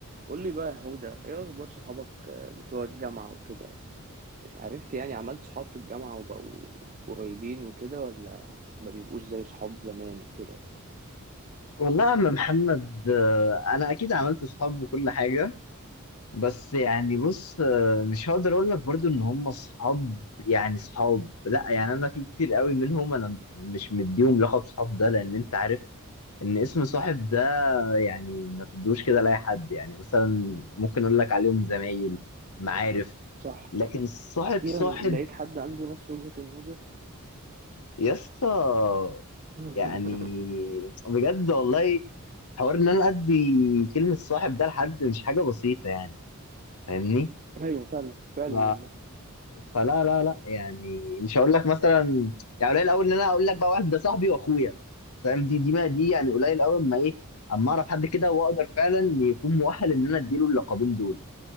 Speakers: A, on the right (about 35°); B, on the left (about 85°).
A: قول لي بقى يا هدى ايه اخبار صحابك آه، بتوع الجامعة وكده اتعرفت يعني عملت صحاب في الجامعة وبقوا قريبين وكده ولا ما بيبقوش زي صحاب زمان وكده
B: والله يا عم محمد آه، انا اكيد عملت اصحاب وكل حاجه بس يعني بص آه، مش هقدر اقول لك برضو ان هم اصحاب يعني اصحاب لا يعني انا في كتير قوي منهم انا مش مديهم لقب صحاب ده لان انت عارف ان اسم صاحب ده يعني ما تدوش كده لاي حد يعني مثلا ممكن اقول لك عليهم زمايل معارف
A: صح
B: لكن صاحب
A: اخيرا
B: صاحب
A: لقيت حد عنده نفس وجهة النظر
B: يا اسطى
A: <laughs>
B: يعني بجد والله حوار ان انا ادي كلمة صاحب ده لحد مش حاجة بسيطة يعني فاهمني؟
A: ايوه فعلا فعلا
B: ف...
A: والله
B: فلا لا لا يعني مش هقول لك مثلا يعني قليل قوي ان انا اقول لك بقى واحد ده صاحبي واخويا فاهم دي دي ما دي يعني قليل قوي اما ايه اما اعرف حد كده واقدر فعلا يكون مؤهل ان انا اديله اللقبين دول